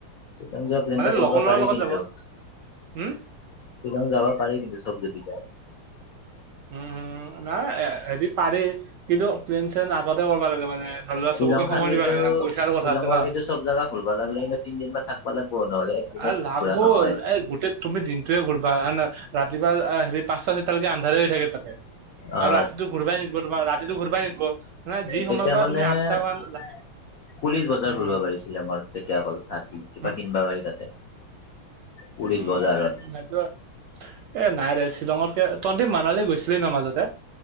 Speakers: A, on the left; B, on the right.
A: চিতং যোৱা প্লেনটো
B: মানে
A: কৰবা
B: লগৰ ল'ৰাৰ
A: পাৰি
B: লগত
A: কিন্তু।
B: যাব হুম
A: শ্বিলং যাবা পাৰি কিন্তু চব যদি যায়।
B: উম, নাই হেদি পাৰি কিন্তু প্লেন শ্লেন আগত তই কৰবা লাগে মানে ধৰি লোৱা
A: শ্বিলং
B: চবকে
A: খান
B: সময়
A: কিন্তু
B: দিবা লাগেনা পইচাৰো কথা
A: শ্বিলঙৰ
B: আছেনা।
A: কিন্তু চব জাগা ঘূৰবা লাগলে কিন্তু তিনদিন মান থাকবা লাগব নহ'লে একদিনত
B: আ, লাগব'
A: ঘূৰা নহয়
B: এই গোটেই তুমি দিনটোয়ে ঘূৰিবা হনা ৰাতিপুৱা আ, হেৰি পাচটা ছয়টালৈকি আন এ, থাকে থাকে
A: আহ
B: আৰু ৰাতিটো ঘূৰবাই নিদিব তোমাৰ ৰাতিটো ঘূৰবাই নিদিব মানে যি
A: তেতিয়া
B: সময়ৰ পৰা
A: মানে
B: তুমি আঠটা
A: পুলিচ
B: মান
A: বজাৰ
B: উম
A: ঘূৰবা পাৰি শ্বিলংৰ তে এতিয়া অকল হাতি কিবা
B: উম
A: কিনবা পাৰি তাতে। পুলিচ
B: উম,
A: বজাৰত
B: সেইটোৱে। এ, নাইৰে শ্বিলঙৰ তে তন্তে মানালী গৈছিলি ন' মাজতে?